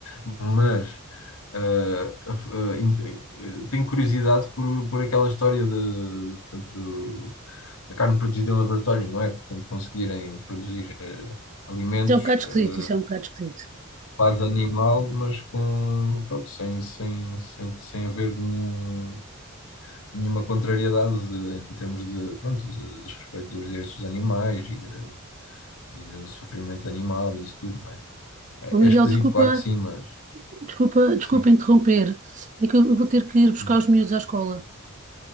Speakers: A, on the left; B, on the right.
A: Mas eh, af- eh, ent- eh, tenho curiosidade por, por aquela história de, de, portanto, do, da carne produzida em laboratório, não é? Portanto, conseguirem produzir eh, alimentos.
B: Isso é um bocado
A: eh,
B: esquisito, isso é um bocado esquisito.
A: quase animal, mas com, pronto, sem, sem, sem, sem haver nenhum, nenhuma contrariedade de- em termos de, pronto, de, de respeito dos direitos dos animais e de, e de sofrimento animal e isso tudo, não é? É,
B: Ô Miguel,
A: é esquisito,
B: desculpa,
A: claro que sim, mas
B: desculpa, desculpa
A: sim,
B: interromper. É que eu eu vou ter que ir buscar
A: diz.
B: os miúdos à escola.